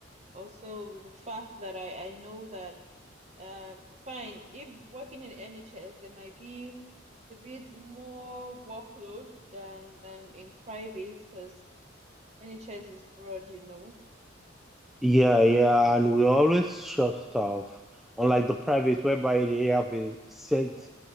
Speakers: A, on the right; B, in the centre.
A: Also, with the fact that I I know that um fine if working in NHS there might be a bit more workload than than in private because NHS is broad, you know.
B: Yeah, yeah, and we always share stuff. Unlike the private, whereby they have a set